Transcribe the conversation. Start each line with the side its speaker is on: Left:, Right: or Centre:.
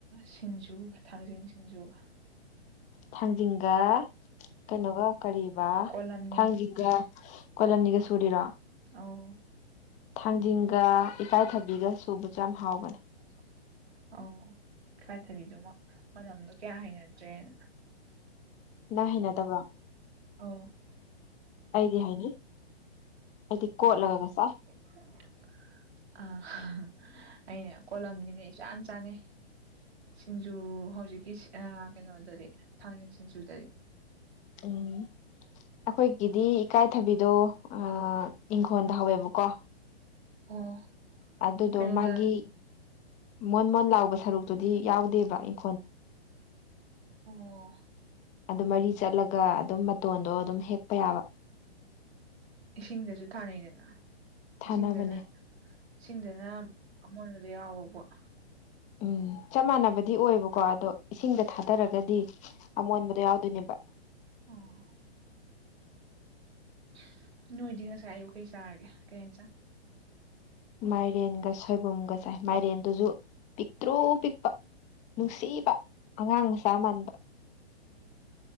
Right: ꯁꯤꯡꯖꯨꯒ ꯊꯥꯡꯖꯤꯡ ꯁꯤꯡꯖꯨꯒ
Left: ꯊꯥꯡꯖꯤꯡꯒ ꯀꯩꯅꯣꯒ ꯀꯔꯤꯕ
Right: ꯀꯣꯜꯂꯝꯅꯤ
Left: ꯊꯥꯡꯖꯤꯡꯒ <inaudible> ꯀꯣꯂꯝꯅꯤꯒ ꯁꯨꯔꯤꯔꯣ
Right: ꯑꯣ
Left: ꯊꯥꯡꯖꯤꯡꯒ ꯏꯀꯥꯏꯊꯕꯤꯒ ꯁꯨꯕꯁꯨ ꯌꯥꯝ ꯍꯥꯎꯕꯅꯦ
Right: <unintelligible> ꯑꯥꯎ ꯏꯀꯥꯏꯊꯕꯤꯗꯨꯃ ꯃꯅꯝꯗꯣ ꯀꯌꯥ ꯍꯩꯅꯗ꯭ꯔꯦꯅ
Left: ꯅꯪ ꯍꯩꯅꯗꯕ꯭ꯔꯣ
Right: ꯑꯥꯎ
Left: ꯑꯩꯗꯤ ꯍꯩꯅꯤ ꯑꯩꯗꯤ ꯀꯣꯠꯂꯒꯒ ꯆꯥꯏ
Right: <unintelligible> ꯑꯥ ꯍꯥ ꯍꯥ ꯑꯩꯅ ꯀꯣꯂꯝꯅꯤꯅ ꯏꯆꯥꯟ ꯆꯥꯅꯩ ꯁꯤꯡꯖꯨ ꯍꯧꯖꯤꯛꯀꯤ ꯁꯤꯡ ꯑ ꯀꯩꯅꯣꯗꯗꯤ ꯊꯥꯡꯖꯤꯡ ꯁꯤꯡꯖꯨꯗꯗꯤ
Left: ꯎꯝ ꯑꯈꯣꯏꯒꯤꯗꯤ ꯏꯀꯥꯏꯊꯕꯤꯗꯣ ꯑ ꯏꯪꯈꯣꯜꯗ ꯍꯧꯋꯦꯕꯀꯣ
Right: ꯑꯣ
Left: ꯑꯗꯨꯗꯣ
Right: ꯀꯩꯅꯣꯗ
Left: ꯃꯥꯒꯤ ꯃꯣꯟ ꯃꯣꯟ ꯂꯥꯎꯕ ꯁꯔꯨꯛꯇꯨꯗꯤ ꯌꯥꯎꯗꯦꯕ ꯑꯩꯅ
Right: ꯑꯍ ꯑꯣ
Left: ꯑꯗꯨ ꯃꯔꯤ ꯆꯠꯂꯒ ꯑꯗꯨꯝ ꯃꯇꯣꯟꯗꯣ ꯑꯗꯨꯝ ꯍꯦꯛꯄ ꯌꯥꯕ
Right: ꯏꯁꯤꯡꯗꯖꯨ ꯊꯥꯅꯩꯗꯅ
Left: ꯊꯥꯅꯕꯅꯦ
Right: ꯏꯁꯤꯡꯗꯅ ꯏꯁꯤꯡꯗꯅ ꯑꯃꯣꯟꯕꯗꯣ ꯌꯥꯎꯕꯄꯣꯠ
Left: ꯎꯝ ꯆꯞ ꯃꯥꯟꯅꯕꯗꯤ ꯑꯣꯏꯌꯦꯕꯀꯣ ꯑꯗꯣ ꯏꯁꯤꯡꯗ ꯊꯥꯗꯔꯒꯗꯤ ꯑꯃꯣꯟꯕꯗꯣ ꯌꯥꯎꯗꯣꯏꯅꯦꯕ
Right: ꯑꯝ <inaudible> ꯅꯣꯏꯗꯤ ꯉꯁꯥꯏ ꯑꯩꯌꯨꯛ ꯀꯩ ꯆꯥꯔꯒꯦ ꯀꯔꯤ ꯏꯟꯖꯥꯡ
Left: ꯃꯥꯏꯔꯦꯟꯒ ꯁꯣꯏꯕꯨꯝꯒ ꯆꯥꯏ ꯃꯥꯏꯔꯦꯟꯗꯨꯖꯨ ꯄꯤꯛꯇ꯭ꯔꯨ ꯄꯤꯛꯄ ꯅꯨꯡꯁꯤꯕ ꯑꯉꯥꯡ ꯃꯆꯥ ꯃꯥꯟꯕ <inaudible>